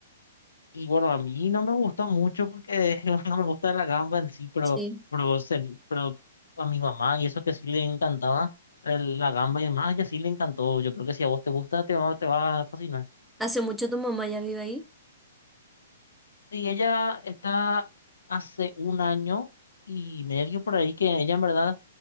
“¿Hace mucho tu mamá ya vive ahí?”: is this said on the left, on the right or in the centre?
Centre